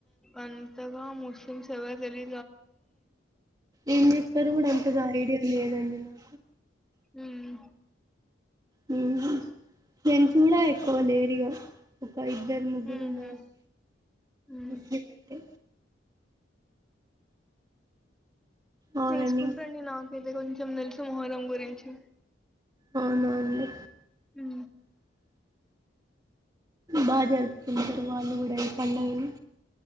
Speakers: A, in the centre; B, on the right.
A: అంతగా ముస్లింస్ ఎవరు తెలి
B: ఏం చెస్తరో కూడా అంతగా ఐడియా లేదండి నాకు
A: మ్మ్
B: మ్మ్ నేను చూడా ఎక్కువ డేర్ గా ఒక ఇద్దరు ముగ్గురు
A: హుహు.
B: ఉన్నారండ్
A: హ్మ్.
B: ముస్లిం అంటే. అవునండి
A: చేసుకుంటరండి నాకైతే కొంచెం తెలుసు మొహరం గురించి
B: అవునావును లే
A: ఉ
B: బాగా జరుపుకుంటారు వాళ్ళు కూడా ఈ పండుగని